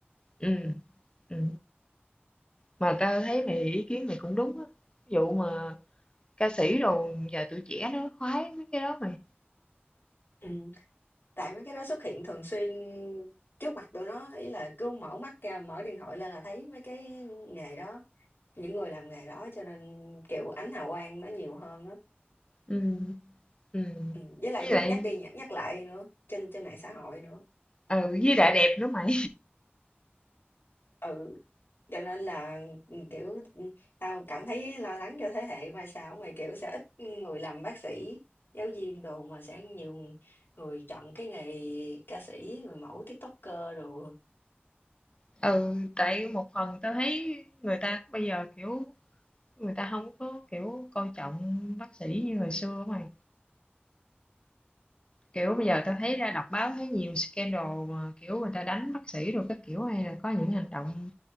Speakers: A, on the left; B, on the left.
A: ừ, ừ. mà tao thấy mày ý kiến mày cũng đúng á ví dụ mà ca sĩ đồ giờ tụi trẻ nó khoái mấy cái đó mày
B: Ừm, tại mấy cái đó xuất hiện thường xuyên trước mặt tụi nó, ý là cứ mở mắt ra, mở điện thoại lên là thấy mấy cái nghề đó. Những người làm nghề đó cho nên, kiểu, ánh hào quang nó nhiều hơn á.
A: ừ, ừ.
B: Ừm, với lại
A: với
B: được
A: lại
B: nhắc đi nhắc nhắc lại nữa, trên trên mạng xã hội nữa.
A: ừ, với lại đẹp nữa mày
B: Ừ, cho nên là, ừ, kiểu, ừ, tao cảm thấy lo lắng cho thế hệ mai sau mày, kiểu, sẽ ít người làm bác sĩ, giáo viên đồ mà sẽ nhiều người chọn cái nghề ca sĩ, người mẫu, TikToker đồ.
A: ừ tại một phần tao thấy người ta bây giờ kiểu người ta không có kiểu coi trọng bác sĩ như hồi xưa mày kiểu bây giờ tao thấy ra đọc báo thấy nhiều scandal mà kiểu người ta đánh bác sĩ rồi các kiểu hay là có những hành động